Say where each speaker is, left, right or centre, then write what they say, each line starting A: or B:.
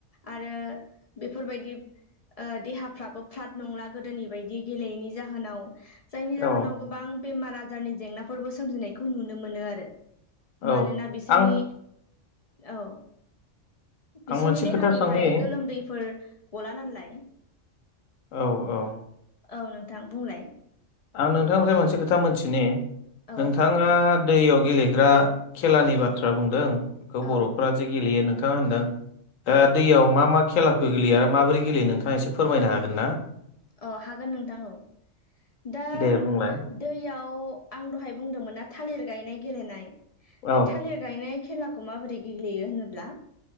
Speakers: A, on the left; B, on the left.
A: आरो बेफोरबायदि ओ देहा फ्राबो फ्राद नंला गोदोनि बायदि गेलेयैनि जाहोनाव। जायनि जाहोनाव
B: औ
A: गोबां बेमार आजारनि जेंनाफोरबो सोमजिनायखौ नुनो मोनो आरो। मानोना
B: औ
A: बिसोरनि
B: आं
A: औ। बिसोरनि
B: आं मोनसे
A: देहानिफ्राय
B: खोथा सोंनि
A: गोलोमदैफोर गला नालाय
B: औ औ
A: औ नोंथां बुंलाय?
B: आं नोंथांनिफ्राय मोनसे खोथा मोनथिनि
A: औ
B: नोंथाङा दैयाव गेलेग्रा खेलानि बाथ्रा बुंदों? बेखौ बर'फ्रा
A: औ
B: जे गेलेयो नों थाङा होनदों ओ दैयाव मा मा खेलाखौ गेलेयो आरो माबोरै गेलेयो नोंथाङा एसे फोरमायनो हागोन ना?
A: अ हागोन नोंथां औ। दा
B: दे बुंलाय
A: दैयाव आं दहाय बुंदोंमोन ना थालिर गायनाय गेलेनाय
B: औ
A: बे थालिर गायनाय खेलाखौ माबोरै गेलेयो होनोब्ला